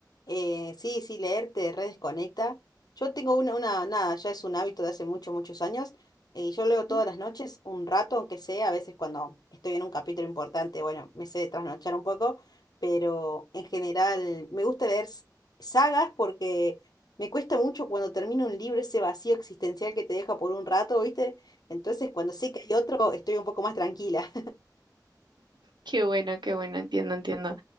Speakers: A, on the left; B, on the right.
A: Eh, sí, sí, leer te redesconecta. Yo tengo una, una, nada, ya es un hábito de hace muchos, muchos años. Y yo leo todas
B: <laughs>
A: las noches, un rato, aunque sea, a veces cuando estoy en un capítulo importante, bueno, me sé trasnochar un poco, pero en general me gusta leer s- sagas porque me cuesta mucho cuando termino un libro ese vacío existencial que te deja por un rato, ¿viste? Entonces, cuando sé que hay otro, estoy un poco más tranquila.
B: Qué bueno, qué bueno, entiendo, entiendo.